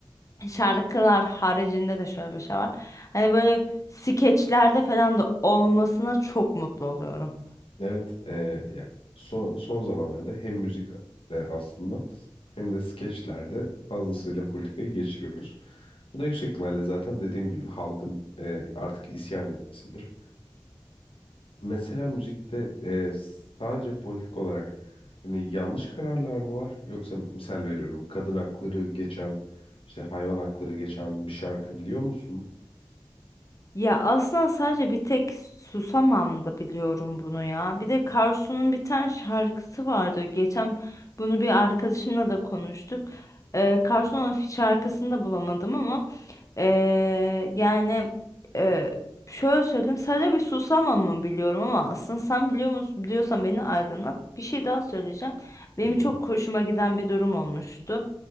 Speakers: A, on the left (about 35°); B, on the left (about 80°).
A: şarkılar haricinde de şöyle bir şey var. Hani böyle skeçlerde falan da olmasına çok mutlu oluyorum.
B: Evet, e, ya son, son zamanlarda hem müzikte aslında hem de skeçlerde fazlasıyla politikayı geçiriyoruz. Bu da yüksek ihtimalle zaten dediğim gibi halkın e, artık isyan etmesidir. Mesela müzikte e, sadece politik olarak hani yanlış kararlar mı var? Yoksa misal veriyorum kadın hakları geçen işte hayvan hakları geçen bir şarkı biliyor musun?
A: Ya aslında sadece bir tek Susamam da biliyorum bunu ya. Bir de Karsu'nun bir tane şarkısı vardı. Geçen bunu bir arkadaşımla da konuştuk. Ee,
B: Hı
A: Karsu'nun
B: hı,
A: şarkısını da bulamadım ama ee, yani ee, şöyle söyleyeyim sadece bir Susamam mı biliyorum ama aslında sen biliyor musun biliyorsan beni aydınlat. Bir şey daha söyleyeceğim.
B: tabii.
A: Benim çok hoşuma giden bir durum olmuştu.